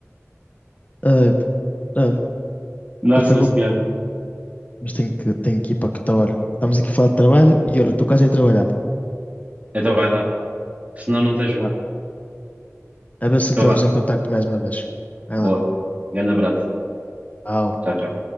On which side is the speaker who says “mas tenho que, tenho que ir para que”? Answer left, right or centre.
Left